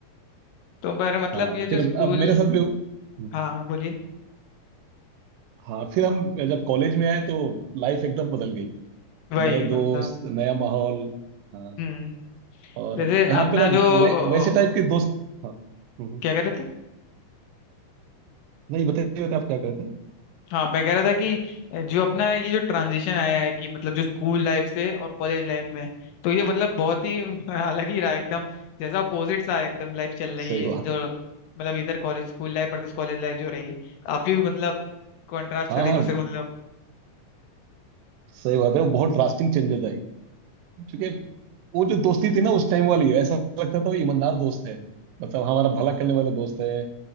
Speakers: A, on the left (about 80°); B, on the right (about 85°).
A: तो पर मतलब
B: हाँ
A: ये जो
B: फिर
A: स्कूल
B: अब, अब मेरे साथ भी हम्म,
A: हाँ हाँ, बोलिए
B: हाँ फिर हम जब कॉलेज में आए तो लाइफ एकदम बदल गई
A: वही
B: नए दोस्त
A: मतलब
B: नया माहौल हाँ
A: हम्म
B: और
A: जैसे
B: यहाँ
A: अपना
B: पे ना
A: जो
B: वै,
A: अ,
B: वैसे टाइप के दोस्त हाँ हम्म,
A: क्या कह रहे थे
B: नहीं बताइए बताइए आप क्या कहते हैं
A: हाँ मैं कह रहा था कि जो अपना ये जो ट्रांजिशन आया है कि मतलब जो स्कूल लाइफ से और कॉलेज लाइफ में तो ये मतलब बहुत ही <laughs> अलग ही रहा एकदम जैसा अपोजिट सा एकदम लाइफ चल रही
B: सही
A: है
B: बात
A: इस जो मतलब इधर college school life versus college life जो रही है काफी मतलब कंट्रास्ट
B: हाँ
A: कर एक
B: हाँ
A: दूसरे को मतलब
B: सही बात है वो बहुत ड्रास्टिक चेंजेस आए क्योंकि वो जो दोस्ती थी ना उस टाइम वाली ऐसा लगता था वो ईमानदार दोस्त है मतलब हमारा भला करने वाले दोस्त है